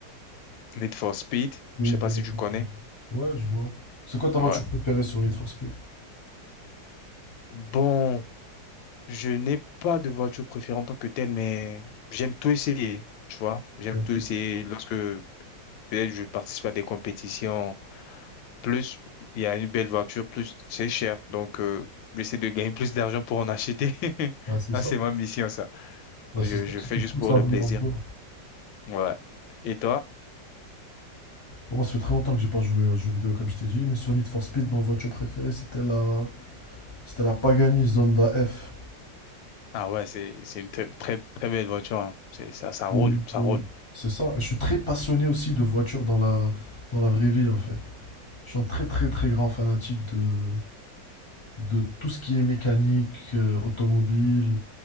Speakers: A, on the left; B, on the left.
A: Need for Speed,
B: Speed,
A: je sais pas
B: Ouais,
A: si tu connais.
B: Ouais, je vois. C'est quoi ta
A: Ouais.
B: voiture préférée sur Need for Speed?
A: Bon, je n'ai pas de voiture préférée en tant que telle, mais j'aime tout essayer, tu vois. J'aime
B: Ok.
A: tout essayer lorsque peut-être je participe à des compétitions. Plus il y a une belle voiture, plus c'est cher. Donc, euh, j'essaie de gagner <laughs> plus d'argent pour en acheter. <laughs>
B: Bah, c'est ça.
A: Ah, c'est ma mission, ça.
B: Bah,
A: Je,
B: c'est ça.
A: je
B: qui
A: fais
B: te
A: juste
B: pousse
A: pour
B: à
A: le
B: vouloir
A: plaisir.
B: jouer.
A: Ouais. Et toi?
B: Moi, ça fait très longtemps que j'ai pas joué aux jeux vidéo, comme je t'ai dit, mais sur Need for Speed, ma voiture préférée, c'était la... c'était la Pagani Zonda F.
A: Ah ouais, c'est, c'est une très, très, très belle voiture. hein. C'est, ça, ça roule,
B: Et- et-
A: ça roule.
B: C'est ça. Je suis très passionné aussi de voitures dans la... dans la vraie vie, en fait. Je suis un très, très, très grand fanatique de... de tout ce qui est mécanique, euh, automobile,